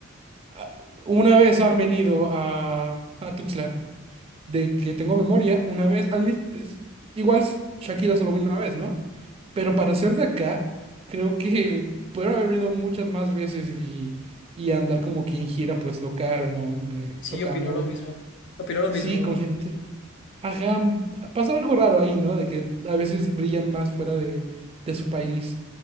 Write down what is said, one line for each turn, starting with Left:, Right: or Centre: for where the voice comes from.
Right: ah, una vez han venido a, a Tuxtla de que tengo memoria, una vez, al mismo, igual s- Shakira solo vino una vez, ¿no? Pero para ser de acá, creo que pudieron haber venido muchas más veces y, y andar como que en gira, pues local, ¿no? Ve-
Left: sí,
Right: Tocando,
Left: opino lo mismo, opino lo
Right: sí,
Left: mismo.
Right: con gente. Ajá, pasa algo raro ahí, ¿no? De que a veces brillan más fuera de, de su país.